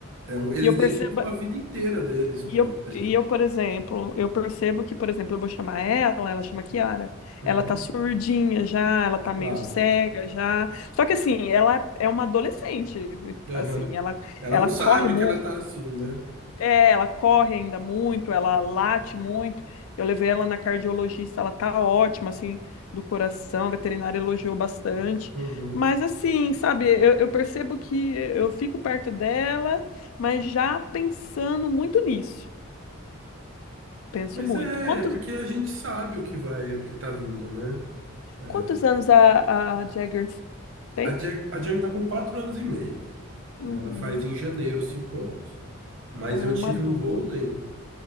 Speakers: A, on the right; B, on the left.
A: é um- eles
B: E eu percebo.
A: dedicam a vida inteira deles pra,
B: E eu,
A: pra gente.
B: e eu, por exemplo, eu percebo que, por exemplo, eu vou chamar ela, ela chama Kiara.
A: Uhum,
B: Ela tá surdinha já, ela tá
A: claro.
B: meio cega já. Só que assim, ela é uma adolescente,
A: Aham.
B: assim, ela
A: Ela
B: ela
A: não sabe
B: corre mu
A: que ela tá assim, né?
B: é, ela corre ainda muito, ela late muito. Eu levei ela na cardiologista, ela tá ótima assim, do coração, a veterinária elogiou bastante.
A: Uhum.
B: Mas assim, sabe, eu, eu percebo que eu fico perto dela, mas já pensando muito nisso. Penso
A: Mas
B: muito.
A: é,
B: Quantos,
A: é porque a gente sabe o que vai, o que tá vindo, né? É,
B: quantos anos a, a Jaggers tem?
A: A Jag, a Jag tá com quatro anos e meio.
B: Uhum.
A: Ela faz em janeiro cinco anos. Mas
B: Ah,
A: eu
B: é
A: tive
B: uma adulta.
A: um Golden